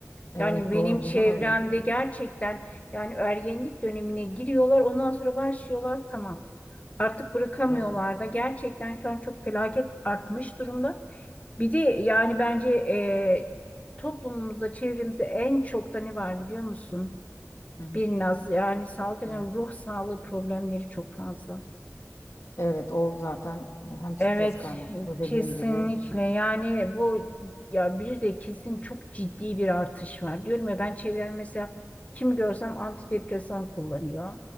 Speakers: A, on the left (about 65°); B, on the left (about 25°).
A: Evet
B: Yani benim
A: doğru.
B: çevremde
A: Burada da öyle.
B: gerçekten yani ergenlik dönemine giriyorlar ondan sonra başlıyorlar tamam. Artık bırakamıyorlar
A: Evet.
B: da gerçekten şu an çok felaket artmış durumda. Bir de yani bence e, toplumumuzda çevremizde en çok da ne var biliyor musun?
A: Hı hı.
B: Bir naz yani salgın
A: Doğru.
B: ruh sağlığı problemleri çok fazla.
A: Evet o zaten hem stres
B: Evet,
A: kaynaklı dediğin
B: kesinlikle.
A: gibi.
B: Yani bu ya bir de kesin çok ciddi bir artış var. Diyorum ya ben çevremde mesela kim görsem antidepresan kullanıyor.